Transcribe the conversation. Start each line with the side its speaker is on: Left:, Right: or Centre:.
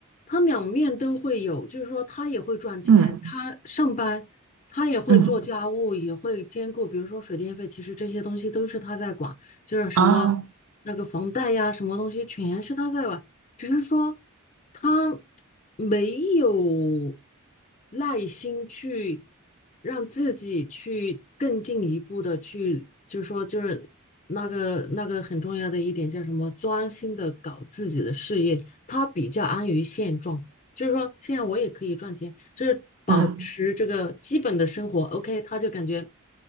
Left: 他两面都会有，就是说他也会赚钱，
Right: 嗯
Left: 他上班，他也会做家务，
Right: 嗯
Left: 也会兼顾，比如说水电费，其实这些东西都是他在管。就是什么
Right: 啊
Left: 那个房贷呀，什么东西全是他在管，只是说他没有耐心去让自己去更进一步的去，就是说就是那个那个很重要的一点叫什么，专心的搞自己的事业，他比较安于现状，就是说现在我也可以赚钱，就是保持这个基本的生活，OK，
Right: 嗯
Left: 他就感觉